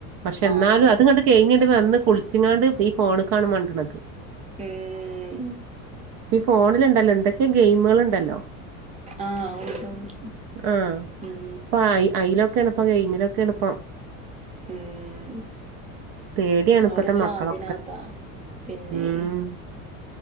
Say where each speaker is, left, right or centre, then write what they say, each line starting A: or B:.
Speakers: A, on the right (about 50°); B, on the right (about 15°).
A: പക്ഷെ എന്നാലും
B: ആഹ്
A: അത്ങ്ങ്ണ്ട് കഴിഞ്ഞിട്ട് വന്ന് കുളിച്ചിങ്ങാണ്ട് ഈ ഫോണ്ക്കാണ് മണ്ടണത്
B: ഉം
A: ഇപ്പൊ ഫോണിൽ ഇണ്ടല്ലോ എന്തൊക്കെ ഗെയിമുകൾ ഉണ്ടല്ലോ
B: ആഹ ഉണ്ട് ഉണ്ട്
A: ആഹ്
B: ഉം
A: ഇപ്പ അയിലൊക്കെണ് ഇപ്പൊ ഗെയിമിലൊക്കെണ്‌ ഇപ്പം
B: ഉം
A: പേട്യാണ്
B: അവരെല്ലാം
A: ഇപ്പത്തെ മക്കളൊ
B: അതിനകത്താ പിന്നെ
A: ഉം